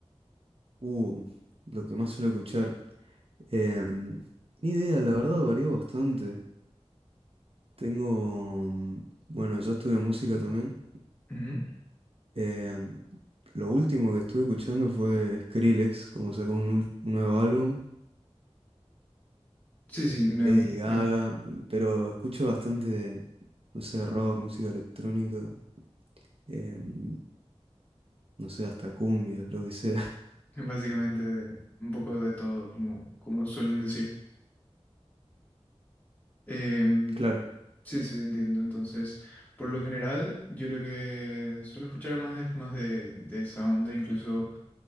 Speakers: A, on the right; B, on the left.
A: Uh, lo que más suelo escuchar. Em, ni idea, la verdad varió bastante. Tengo, mm, bueno, yo estudio música también.
B: Ujú.
A: Eh, lo último que estuve escuchando fue Skrillex, como sacó un, ul- un nuevo álbum,
B: Sí, sí, me,
A: Lady Gaga,
B: me-
A: pero escucho bastante, no sé, rock, música electrónica, em, no sé, hasta cumbia, lo que sea. <laughs>
B: básicamente de- un poco de todo, como, como suelen decir. Em,
A: Claro,
B: Sí, sí, entiendo. Entonces, por lo general, yo lo que suelo escuchar más es más de, de esa onda. Incluso,